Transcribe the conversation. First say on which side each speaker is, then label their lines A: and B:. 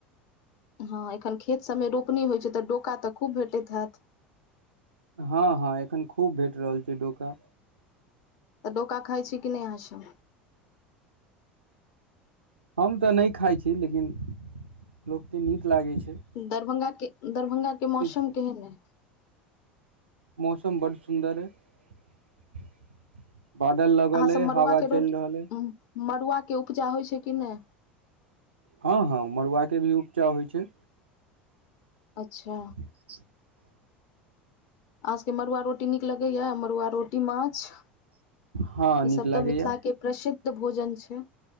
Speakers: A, on the left; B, on the right.
A: हँ एखन खेत सभमे रोपनी होइ छैय तऽ डोका तऽ खूब भेटैत हैयत
B: हँ हँ एखन खूब भेट रहल छैय डोका
A: तऽ डोका खाय छी कि नहि आहा छै
B: हम तऽ नहि खाइ छी लेकिन लोकके नीक लागैत छैय
A: दरभंगा के दरभंगाके मौसम
B: छै
A: केहन एय
B: मौसम बड सुन्दर यै बादल लगल
A: अहाँ सब
B: यै
A: मड़ुआ
B: हावा
A: के
B: चलि
A: रोटी
B: रहल यै
A: मड़ुआ के उपजा होइ छैय कि नैय
B: हँ हँ मड़ुआके भी उपचा होइ छैय
A: अच्छा
B: <inaudible>
A: अहाँसभके मड़ुआ रोटी नीक लगैए मड़ुआ रोटी माछ
B: हँ
A: ई
B: नीक
A: सब तऽ
B: लागैया
A: मिथिला के प्रसिद्ध भोजन छैय